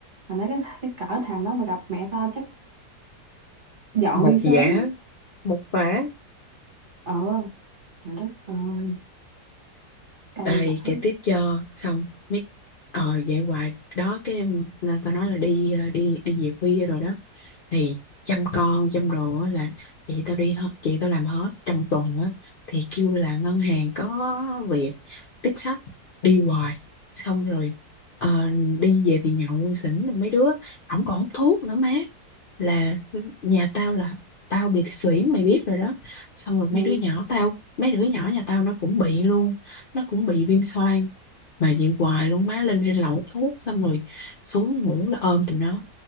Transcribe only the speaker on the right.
mà nói cái cái cỡ thằng đó mà gặp mẹ tao chắc dọn
đi sớm
á
ờ trời đất ơi cay
vãi
Ừ,